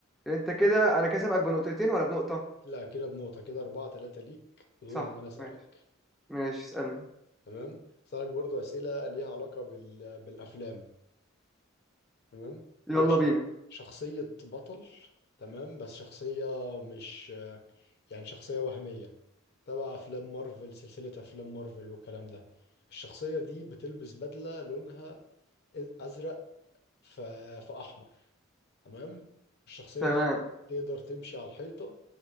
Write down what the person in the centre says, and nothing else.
انت كده انا كسبك بنقطتين ولا بنقطة
صح
ماشي ماشي اسألني
يلا
بينا
تمام